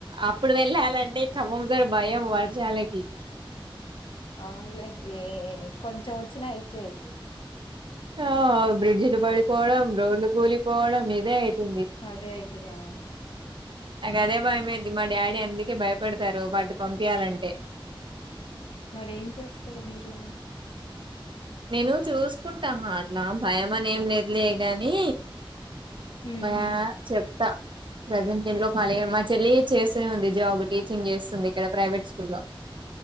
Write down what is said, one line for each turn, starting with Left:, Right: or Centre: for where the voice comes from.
Right: అప్పుడు వెళ్ళాలంటే ఖమ్మం సైడ్ భయం వర్షాలకి
Left: అవునులే ఏ కొంచెం వచ్చినా యితది
Right: ఆ బ్రిడ్జలు పడి పోవడం రోడ్లు కూలిపోవడం ఇదే అయితుంది
Left: అదే అయితది ఆ
Right: నాక అదే భయమయితది మా డాడీ అందుకే భయపడతారు వాటి కి పంపీయాలంటే
Left: మరీ ఏం చేస్తారు మీరు
Right: నేను చూసుకుంట అట్లా భయం అని ఏం లేదులేగాని
Left: ఉమ్
Right: మ్యా చెప్తా ప్రజెంట్ లాప్ మళ్ళీ మా చెల్లి చేస్తూనే ఉంది జాబ్ టీచింగ్ చేస్తుంది ఇక్కడ ప్రైవేట్ స్కూల్ లో